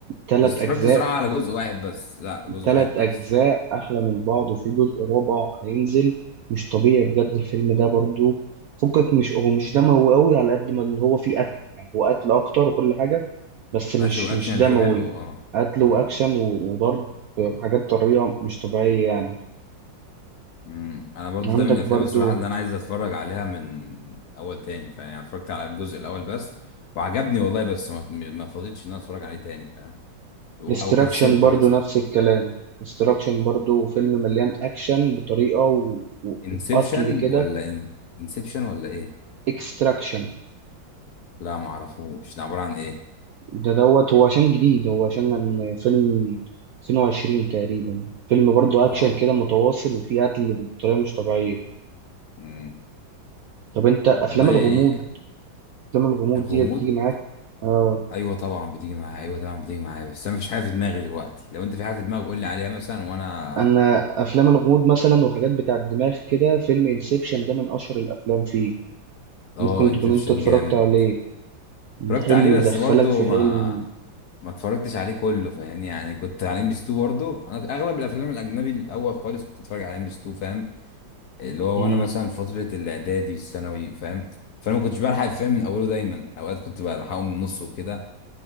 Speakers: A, on the right; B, on the left.
A: تلات
B: بس اتفرجت
A: أجزاء
B: زراعه على جزء واحد بس لا جزء
A: تلات
B: واحد بس
A: أجزاء أحلى من بعض وفي جزء رابع هينزل مش طبيعي بجد الفيلم ده برضو فكك مش هو مش دموي قوي على قد ما اللي هو فيه قتل يعني هو قتل أكتر وكل حاجة بس مش
B: قتل والاكشن
A: مش
B: اللي
A: دموي
B: فيه حلو اه
A: قتل
B: إمم.
A: وأكشن و- وضرب بحاجات طرية مش طبيعية يعني
B: امم انا برضو
A: عندك
B: ده من الافلام
A: برضو
B: الصراحه اللي انا عايز اتفرج عليها من اول تاني فاهم يعني اتفرجت على الجزء الاول بس وعجبني والله بس ما ما فضيتش ان انا اتفرج عليه تاني فاهم او
A: استراكشن
B: أو كسلت
A: برضو
B: مثلا
A: نفس الكلام استراكشن برضو فيلم مليان أكشن بطريقة و- و-
B: انسبشن
A: وقتل كده
B: ولا إن... انسبشن ولا ايه
A: اكستراكشن
B: لا ما اعرفوش ده عباره عن ايه
A: ده دوت هو عشان جديد هو عشان من فيلم 22 تقريبا فيلم برضه
B: اه
A: أكشن كده متواصل وفيه قتل بطريقة مش طبيعية
B: امم
A: طب أنت أفلام
B: والله
A: الغموض أفلام الغموض
B: الغموض
A: ديت بتيجي معاك آه
B: ايوه طبعا بتيجي معايا ايوه طبعا بتيجي معايا بس انا مفيش حاجه في دماغي دلوقتي لو انت في حاجه في دماغك قول لي عليها مثلا وانا
A: أنا أفلام الغموض مثلا وحاجات بتاع الدماغ كده فيلم انسبشن ده من أشهر الأفلام فيه
B: اه
A: ممكن
B: انسبشن
A: تكون أنت اتفرجت
B: جامد
A: عليه
B: اتفرجت
A: حلم
B: عليه
A: يدخلك
B: بس برضو
A: في
B: ما
A: حلم
B: ما اتفرجتش عليه كله فاهمني يعني كنت على ام بي 2 برضه انا اغلب الافلام الاجنبي الاول خالص كنت اتفرج على ام بي 2 فاهم اللي هو
A: مم.
B: وانا مثلا في فتره الاعدادي الثانوي فاهم فانا ما كنتش بلحق الفيلم من اوله دايما اوقات كنت بلحقه من نصه وكده